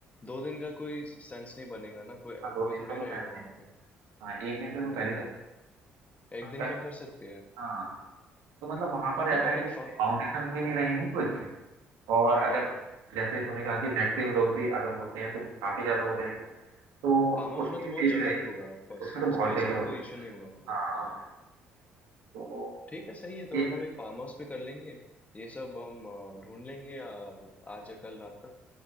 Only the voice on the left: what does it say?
दो दिन का कोई सेंस नहीं बनेगा ना कोई
कोई
थोड़ी
रहेगा
वहाँ
पे
नहीं
एक दिन
का कर सकते हैं
ठीक है
एक फा
हाँ
हाँ
फार्म हाउस
में तो
बहुत
जगह
भी होगा ऑफ कोर्स
स्पेस
का
कोई इश्यू नहीं होगा वहाँ पे
हाँ
ठीक है सही है तो
हम एक फार्म हाउस पे कर लेंगे ये सब हम अ, ढूंढ लेंगे अ, आज या कल रात तक